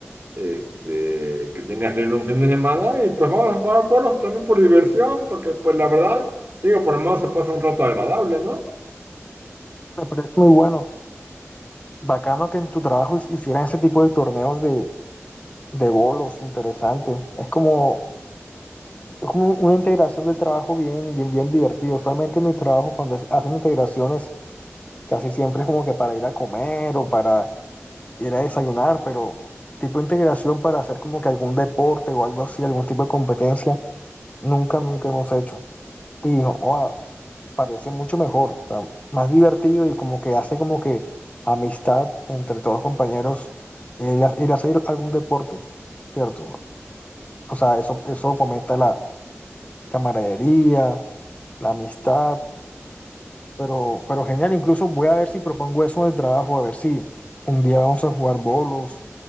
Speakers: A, on the right; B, on the left.
A: este, que tengas libre un fin de semana y pues vamos a jugar bolos también por diversión, porque pues la verdad, digo, por lo menos se pasa un rato agradable, ¿no?
B: Me parece muy bueno. Bacano que en tu trabajo his- hicieran ese tipo de torneos de, de bolos, interesante. Es como, es como una integración del trabajo bien, bien, bien divertido. Usualmente en mi trabajo, cuando es- hacen integraciones, casi siempre es como que para ir a comer o para ir a desayunar, pero tipo de integración para hacer como que algún deporte o algo así, algún tipo de competencia, nunca, nunca hemos hecho. Y, oh, parece mucho mejor, o sea, más divertido y como que hace como que amistad entre todos los compañeros el, ha- el hacer algún deporte, ¿cierto? O sea, eso, eso fomenta la camaradería, la amistad, pero, pero genial, incluso voy a ver si propongo eso en el trabajo, a ver si un día vamos a jugar bolos